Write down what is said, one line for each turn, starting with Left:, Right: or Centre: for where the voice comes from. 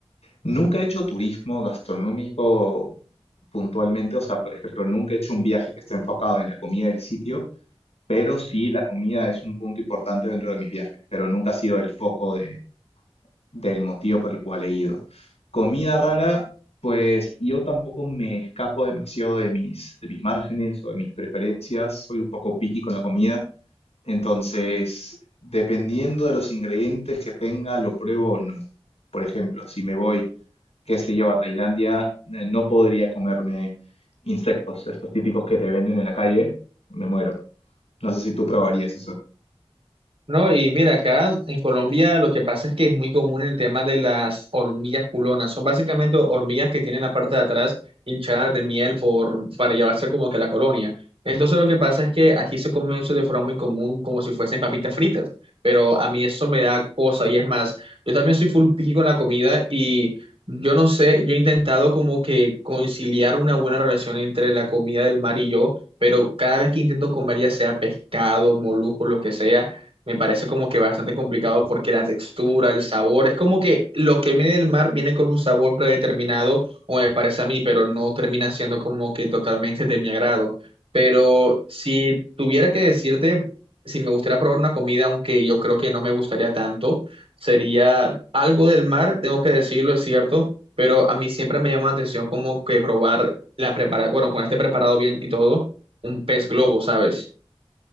Left: Nunca he hecho turismo gastronómico puntualmente, o sea, por ejemplo, nunca he hecho un viaje que esté enfocado en la comida del sitio, pero sí la comida es un punto importante dentro de mis viajes, pero nunca ha sido el foco de, del motivo por el cual he ido. Comida rara, pues yo tampoco me escapo demasiado de mis, de mis márgenes o de mis preferencias, soy un poco picky con la comida, entonces dependiendo de los ingredientes que tenga, lo pruebo o no. Por ejemplo, si me voy, qué sé yo, a Tailandia, eh, no podría comerme insectos, estos típicos que te venden en la calle, me muero. No sé si tú probarías eso.
Right: No, y mira, acá en Colombia lo que pasa es que es muy común el tema de las hormigas culonas. Son básicamente hormigas que tienen la parte de atrás hinchada de miel por, para llevarse como que a la colonia. Entonces lo que pasa es que aquí se come eso de forma muy común, como si fuesen papitas fritas. Pero a mí eso me da cosa y es más, yo también soy full picky con la comida y yo no sé, yo he intentado como que conciliar una buena relación entre la comida del mar y yo. Pero cada vez que intento comer, ya sea pescado, molusco, lo que sea, me parece como que bastante complicado porque la textura, el sabor, es como que lo que viene del mar viene con un sabor predeterminado, o me parece a mí, pero no termina siendo como que totalmente de mi agrado. Pero si tuviera que decirte si me gustaría probar una comida, aunque yo creo que no me gustaría tanto, sería algo del mar, tengo que decirlo, es cierto, pero a mí siempre me llama la atención como que probar la prepara, bueno, con este preparado bien y todo, un pez globo, ¿sabes?